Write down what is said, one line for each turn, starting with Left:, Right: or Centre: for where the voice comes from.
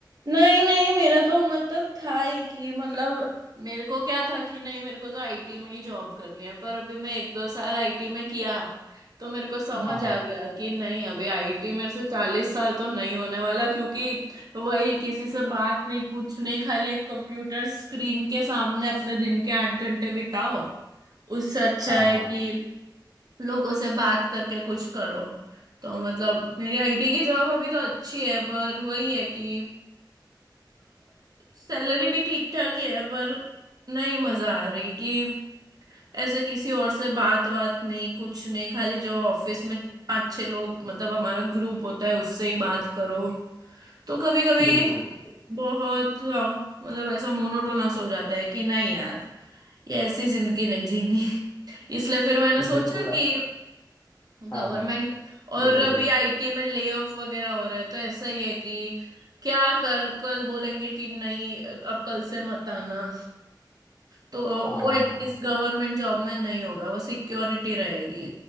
Right: नहीं नहीं मेरा तो मतलब था ही कि मतलब मेरे को क्या था कि नहीं मेरे को तो आईटी में ही जॉब करनी है पर अभी मैं एक दो साल आईटी में किया तो मेरे को समझ
Left: हाँ हाँ
Right: आ गया कि नहीं अभी आईटी मेरे से चालीस साल तो नहीं होने वाला क्योंकि वही किसी से बात नहीं कुछ नहीं खाली एक कंप्यूटर स्क्रीन के सामने अपने दिन के आठ घंटे बिताओ उससे अच्छा
Left: हाँ
Right: है
Left: हाँ
Right: कि लोगों से बात करके कुछ करो तो मतलब मेरी आईटी की जॉब अभी तो अच्छी है पर वही है कि सैलरी भी ठीक ठाक ही है पर नहीं मजा आ रही कि ऐसे किसी और से बात बात नहीं कुछ नहीं खाली जो ऑफिस में पांच छह लोग मतलब हमारा ग्रुप होता है उससे ही बात करो तो कभी कभी
Left: बिल्कुल बिल्कुल
Right: बहुत आ, मतलब ऐसा मोनोटोनस हो जाता है कि नहीं यार ये ऐसी जिंदगी नहीं जीनी <laughs> इसलिए फिर मैंने
Left: बिल्कुल
Right: सोचा कि
Left: हाँ
Right: गवर्नमेंट
Left: हाँ
Right: और
Left: बताइए
Right: अभी आईटी में ले ऑफ वगैरह हो रहा है तो ऐसा ही है कि क्या कल कल बोलेंगे कि नहीं अब कल से मत आना तो
Left: हाँ
Right: वो एटलीस्ट
Left: हाँ
Right: गवर्नमेंट जॉब में नहीं होगा वो सिक्योरिटी रहेगी